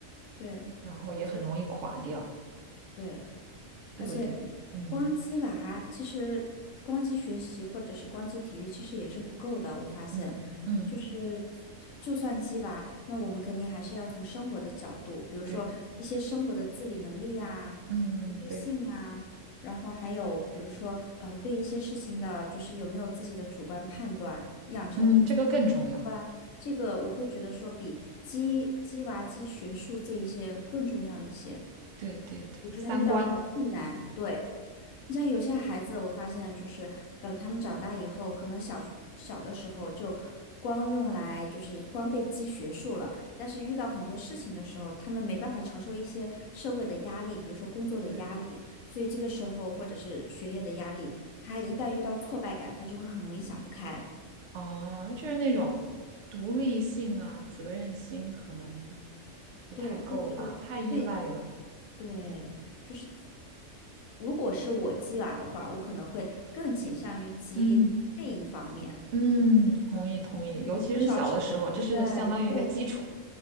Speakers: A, on the left; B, on the right.
A: 对。
B: 然后也很容易垮掉。
A: 而且对，
B: 对对对，
A: 而且
B: 嗯
A: 光鸡娃其实光鸡学习或者是光鸡体育其实也是不够的，我发现，
B: 嗯嗯，
A: 就是就算鸡娃，那我们肯定还是要从生活的角度，比如说一些生活的自理能力呀、
B: 对，嗯嗯对，
A: 独立性啊，然后还有比如说呃对一些事情的，就是有没有自己的主观判断，养成你。
B: 嗯，这个更重要。
A: 不然，这个我会觉得说比鸡鸡娃鸡学术这一些更重要一些。
B: 对对对，
A: 比如说他遇到什么困难，
B: 三观，
A: 对，你像有些孩子，我发现就是等他们长大以后，可能小小的时候就光用来就是光被鸡学术了，但是遇到很多事情的时候，他们没办法承受一些社会的压力，比如说工作的压力，
B: 对，
A: 所以这个时候或者是学业的压力，他一旦遇到挫败感，他就会很容易想不开。
B: 哦，就是那种独立性啊，责任心可能不太够吧，
A: 对，我会觉得。
B: 太依赖了。
A: 这对，就是如果是我鸡娃的话，我可能会更倾向于鸡这一方面，
B: 嗯嗯，同意同意，尤其是小的时候，
A: 至少是你能在，
B: 这是相当于一个基础。
A: 对